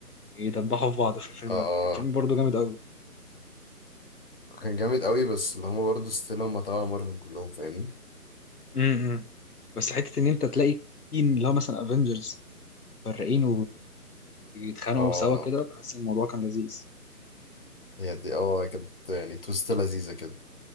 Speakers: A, on the left (about 70°); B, on the left (about 35°).
A: يدبحوا في بعض في الفيلم
B: اه آه.
A: ده كان فيلم برضه جامد أوي
B: كان جامد قوي بس اللي هما برضه ستيل هما تبع مارفل كلهم فاهمني
A: امم بس حتة إن أنت تلاقي تيم اللي هو مثلا أفينجرز فرقين ويتخانقوا
B: اه
A: سوا كده بحس الموضوع كان لذيذ
B: هي دي اه كانت يعني تويست لذيذة كده